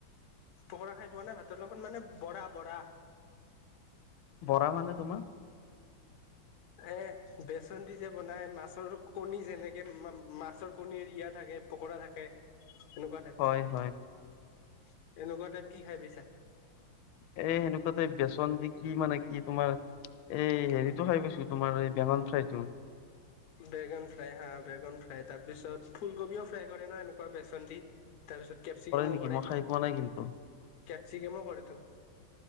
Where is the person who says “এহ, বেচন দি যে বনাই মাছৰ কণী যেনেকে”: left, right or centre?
Left